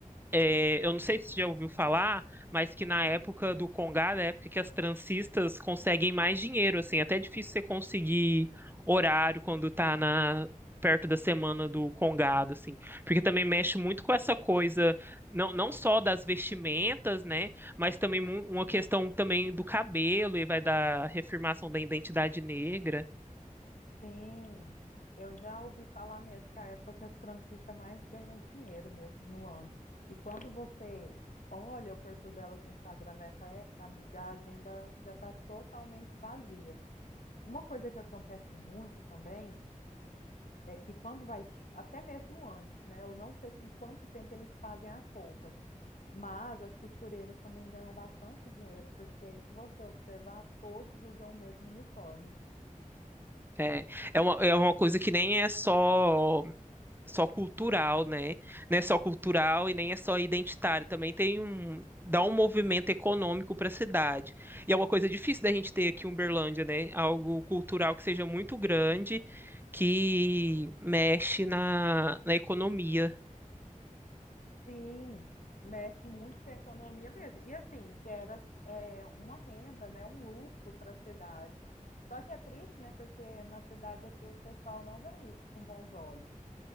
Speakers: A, on the right; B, on the left.
A: é, eu não sei se você já ouviu falar, mas que na época do Congado, é a época que as transistas conseguem mais dinheiro, assim, até é difícil você conseguir horário quando tá na perto da semana do Congado, assim, porque também mexe muito com essa coisa, não, não só das vestimentas, né? mas também mu- uma questão também do cabelo e vai da reafirmação da identidade negra.
B: Sim, eu já ouvi falar mesmo que é a época que as transistas mais ganham dinheiro mesmo no ano. E quando você olha o perfil delas no Instagram nessa época, amiga, a agenda já está totalmente vazia. Uma coisa que acontece muito também é que quando vai, che- até mesmo antes, né? Eu não sei com quanto tempo eles fazem as roupas, mas as costureiras também ganham bastante dinheiro, porque se você observar, todos usam o mesmo uniforme.
A: É, é uma, é uma coisa que nem é só só cultural, né? Não é só cultural e nem é só identitário. Também tem um dá um movimento econômico para a cidade. E é uma coisa difícil da gente ter aqui em Uberlândia, né? Algo cultural que seja muito grande, que mexe na, na economia
B: Sim, mexe muito com a economia mesmo. E assim, gera é, uma renda, né, um lucro para a cidade. Só que é triste, né, porque na cidade aqui o pessoal não vê isso com bons olhos.